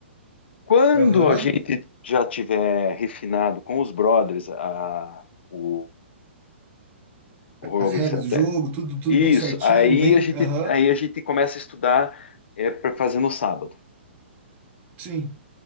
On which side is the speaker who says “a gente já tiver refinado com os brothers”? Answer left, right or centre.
Left